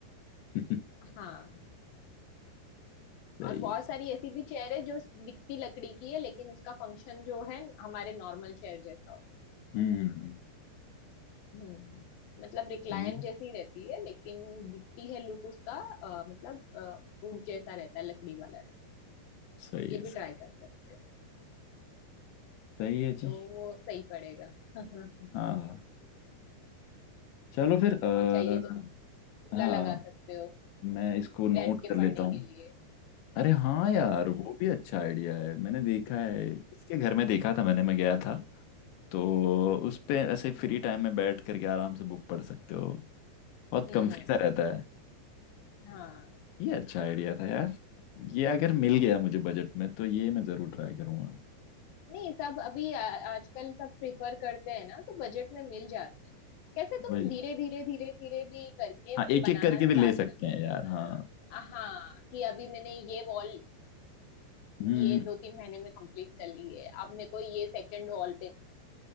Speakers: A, on the left; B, on the left.
A: नहीं <laughs>
B: रखना हाँ
A: सही
B: और बहुत
A: है सही
B: सारी ऐसी भी चेयर है जो दिखती लकड़ी की है लेकिन उसका फंक्शन जो है हमारे नॉर्मल चेयर जैसा होता
A: हम्म हम्म,
B: है। हम्म मतलब रिक्लाइन
A: हम्म, सही है
B: जैसी रहती है लेकिन दिखती है लुक उसका अ, मतलब अ, ऊंट जैसा रहता है लकड़ी वाला रहता
A: सही
B: है ये
A: है
B: भी
A: सही
B: ट्राई कर सकते हो
A: सही है जी
B: तो वो सही पड़ेगा <laughs>
A: हाँ हाँ। चलो फिर आ,
B: और चाहिए तो चूल्हा
A: हाँ
B: लगा सकते हो
A: मैं इसको नोट
B: बैठ के
A: कर
B: पढ़ने
A: लेता हूँ
B: के लिए
A: अरे हाँ यार
B: हम्म
A: वो भी अच्छा आइडिया है मैंने देखा है किसके घर में देखा था मैंने मैं गया था तो उस पे ऐसे फ्री टाइम में बैठ करके आराम से बुक पढ़ सकते हो बहुत
B: हम्म,
A: कम्फी सा रहता है
B: हाँ
A: ये अच्छा आइडिया था यार ये अगर मिल गया
B: <laughs>
A: मुझे बजट में तो ये मैं ज़रूर ट्राई करूँगा
B: नहीं सब अभी आ- आजकल सब प्रिफर करते हैं ना तो बजट में मिल जाता कैसे तुम
A: वही
B: धीरे धीरे धीरे धीरे भी करके
A: हाँ एक
B: बनाना
A: एक करके
B: स्टार्ट
A: भी ले सकते
B: कर
A: हैं यार हाँ
B: हाँ कि अभी मैंने ये वॉल
A: हम्म
B: ये
A: हम्म,
B: दो तीन महीने में कंप्लीट कर ली है अब मेरे को ये सेकंड वॉल पे